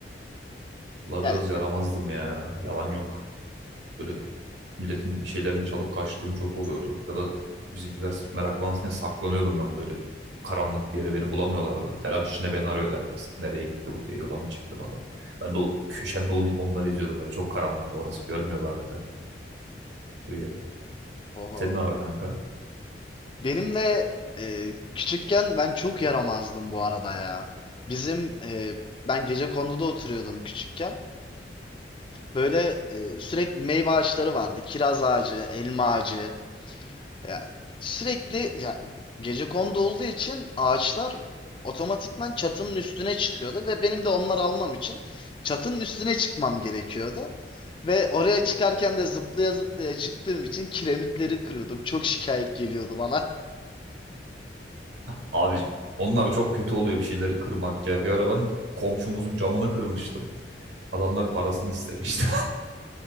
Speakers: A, on the right; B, on the left.
A: Valla
B: Yani
A: biraz yaramazdım ya. Yalan yok. Böyle milletin bir şeylerini çalıp kaçtığım çok oluyordu. Ya da bizimkiler sırf meraklansın diye saklanıyordum ben böyle. Karanlık bir yere beni bulamıyorlardı. Telaş içinde beni arıyordu herkes. Nereye gitti bu diye yola mı çıktı falan. Ben de o köşemde onu, onları izliyordum böyle. Çok karanlıktı orası. Görmüyorlardı ben. Öyle de.
B: oho.
A: Senin ne var kanka?
B: Benim de e, küçükken ben çok yaramazdım bu arada ya. Bizim e, ben Gecekondu'da oturuyordum küçükken. Böyle e, sürekli meyve ağaçları vardı. Kiraz ağacı, elma ağacı. Ya sürekli ya gecekondu olduğu için ağaçlar otomatikman çatının üstüne çıkıyordu ve benim de onları almam için çatının üstüne çıkmam gerekiyordu. Ve oraya çıkarken de zıplaya zıplaya çıktığım için kiremitleri kırıyordum. Çok şikayet geliyordu bana.
A: Abi onlar çok kötü oluyor bir şeyleri kırmak ya. Bir ara ben komşumuzun camını kırmıştım. Adamlar parasını istemişti.